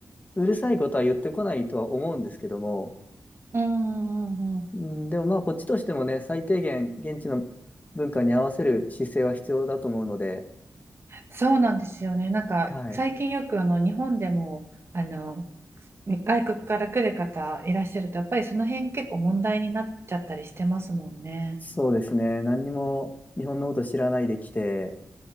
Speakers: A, on the left; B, on the right.
A: うるさいことは言ってこないとは思うんですけども、
B: <laughs> うん、うん、うん
A: うん、でもまあこっちとしてもね、最低限現地の文化に合わせる姿勢は必要だと思うので、
B: そうなんですよね。なんか最近よくあの日本でもあの
A: はい。
B: 外国から来る方いらっしゃるとやっぱりその辺結構問題になっちゃったりしてますもんね。
A: そうですね。何にも日本のこと知らないで来て、